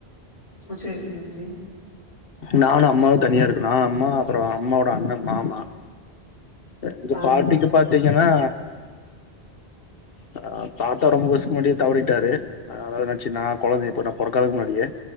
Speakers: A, on the left; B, on the left.
A: ம் சேரி சேரி செரி
B: நானு அம்மாவு தனியா இருக்கோ நானு அம்மா அப்புறோ அம்மாவோட அண்ணன் மாமா அ எங்க
A: ஆ
B: பாட்டிக்கு பாத்தீங்கன்னா அ அ தாத்தா ரொம்ப வர்சத்துக்கு முன்னாடியே தவறிட்டாரு அதாது அண்ணாச்சி நா கொழந்தை இப்ப நா பொறக்காத முன்னாடியே